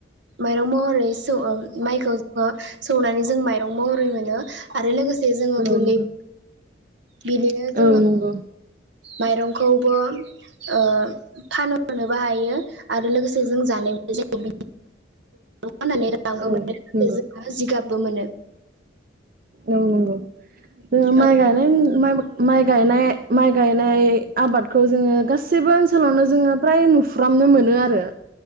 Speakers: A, on the right; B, on the right.
A: माइरं महरै सौ माइखौ जोङो सौनानै जों माइरं महरै मोनो आरो लोगोसे जोङो
B: औ
A: गुन्दै
B: नंगौ
A: <inaudible> बिदिनो जोङो
B: औ नंगौ
A: माइरंखौबो ओ फानहरनो बाहायो आरो लोगोसे जों जानायबो <unintelligible> नानै रांबो
B: औ
A: मोनो
B: नंगौ
A: जोंहा जिगाब बो मोनो
B: औ नंगौ। माय
A: औ
B: गायनाय <unintelligible> माइ गायनाय माइ गाय नाय आबादखौ जोङो गाससिबो ओनसोलावनो जोङो फ्राय नुफ्रामनो मोनो आरो।